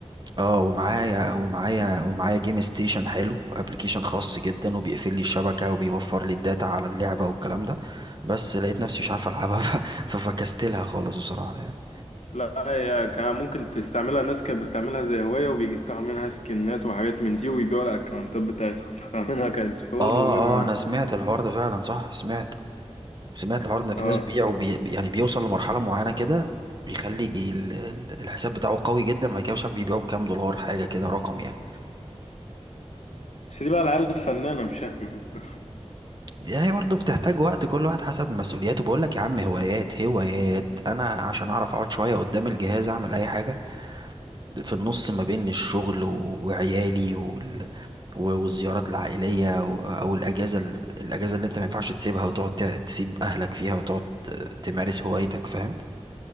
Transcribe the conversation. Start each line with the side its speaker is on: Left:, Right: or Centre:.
Right: اه ومعايا ومعايا ومعايا جيم ستيشن حلو وابلكيشن خاص جدا وبيقفل لي الشبكة وبيوفر لي الداتا على اللعبة والكلام ده بس لقيت نفسي مش عارف العبها <laughs> ف- ففكستلها خالص بصراحة يعني
Left: لا هي كان ممكن تستعملها الناس كانت بتستعملها زي هواية وبيجي يفتحوا منها سكنات وحاجات من دي ويبيعوا الأكونتات بتاعتهم <laughs> فمنها كانت شغل
Right: اه
Left: ومنها
Right: اه انا سمعت الحوار ده فعلا صح سمعت سمعت الحوار ده ان في
Left: اه
Right: ناس بيبيعوا بي... يعني بيوصل لمرحله معينه كده بيخلي يجي ال- ال- الحساب بتاعه قوي جدا بعد كده مش عارف بيبيعوا بكام دولار حاجه كده رقم يعني
Left: بس دي بقى العيال الفنانة مش احنا <laughs>
Right: هي برضه بتحتاج وقت كل واحد حسب مسؤولياته بقول لك يا عم هوايات هوايات انا عشان اعرف اقعد شويه قدام الجهاز اعمل اي حاجه في النص ما بين الشغل و- وعيالي وال... و- والزيارات العائليه و... او الاجازه ال- الاجازه اللي انت ما ينفعش تسيبها وتقعد ت- تسيب اهلك فيها وتقعد ت- تمارس هوايتك فاهم